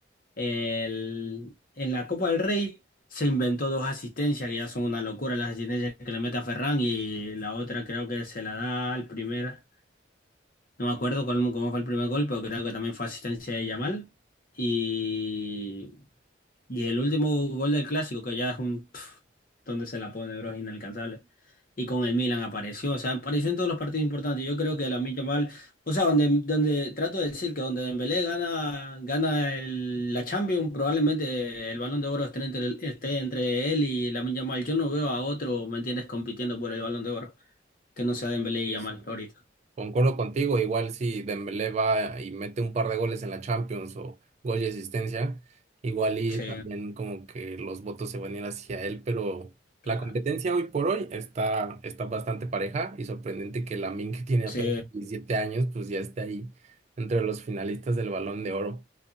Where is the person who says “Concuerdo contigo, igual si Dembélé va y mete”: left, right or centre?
Right